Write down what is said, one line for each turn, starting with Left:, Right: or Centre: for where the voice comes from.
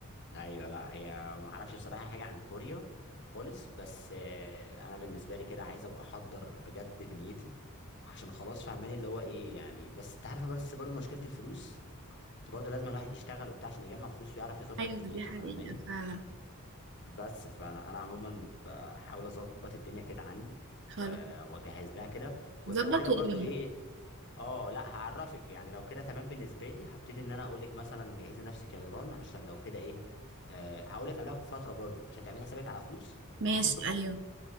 Left: ايوه لا هي ما اعرفش بصراحه حاجه عن كوريا خالص بس آه، انا بالنسبه لي كده عايز ابقى احضر بجد دنيتي عشان خلاص فاهماني اللي هو ايه يعني بس انت عارفه بس برضه مشكله الفلوس انت برضه لازم الواحد يشتغل وبتاع عشان يجمع فلوس ويعرف يظبط
Right: ايوه
Left: دنيته
Right: دي حقيقه
Left: فاهماني
Right: فعلا
Left: بس فانا انا عموما بحاول اظبط الدنيا كده عندي
Right: خلاص
Left: و- واجهز لها كده ولو
Right: ظبط
Left: كده
Right: وقولي
Left: برضو ايه اه لا هعرفك يعني لو كده تمام بالنسبه لي هبتدي ان انا اقول لك مثلا جهزي نفسك يا نيران عشان لو كده ايه أه هقول لك قبلها بفتره برضو عشان تعملي حسابك على فلوس
Right: ماشي
Left: وشوف
Right: ايوه